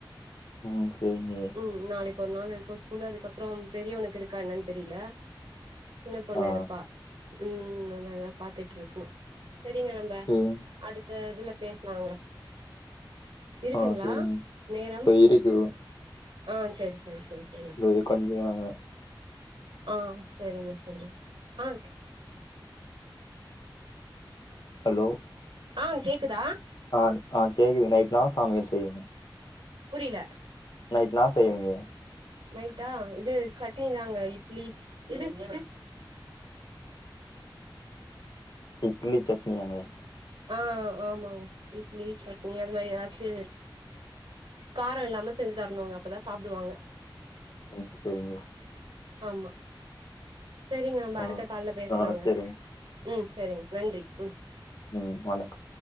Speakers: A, on the left (about 55°); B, on the right (about 75°).
A: ம் செரிங்க
B: ம் நாளைக்கு ஓரு நாளு இருக்கு ஸ்கூலு அதுக்கப்றோ பெரியவனுக்கு இருக்கா என்னன் தெரில சின்ன பொண்ணு
A: ஆ
B: இருப்பா ம் அவ எதா பாத்துட்ருக்கு செரிங்க நம்ப
A: ம்
B: அடுத்த இதுல பேசலாங்க இருக்குங்ளா
A: ஆ சரிங்க
B: நேரம்
A: இதோ இருக்கு
B: ஆ சேரி சேரி சேரி சே
A: இந்த இது கொஞ்ச நாளா
B: ஆ சேரிங்க சேரிங்க ஆ
A: ஹலோ
B: ஆ கேக்குதா
A: ஆங் ஆ கேக்குது நைட் இன்னா சமையல் செய்யணு
B: புரியல
A: நைட் இன்னா செய்வீங்க
B: நைட்டா இது சட்னி தாங்க இட்லி இது <inaudible>
A: இட்லி சட்னியாங்க
B: ஆ ஆமாங்க இட்லி சட்னி அது மாரி எதாச்சு கார இல்லாம செஞ்சு தரணுங்க அப்பதா சாப்டுவாங்க
A: ம் சேரிங்க
B: ஆமா சேரிங்க நம்ப
A: ஆ
B: அடுத்த கால்ல பேசலாங்க
A: ஆ சரிங்க
B: ம் சேரிங்க நன்றி ம்
A: ம் வணக்க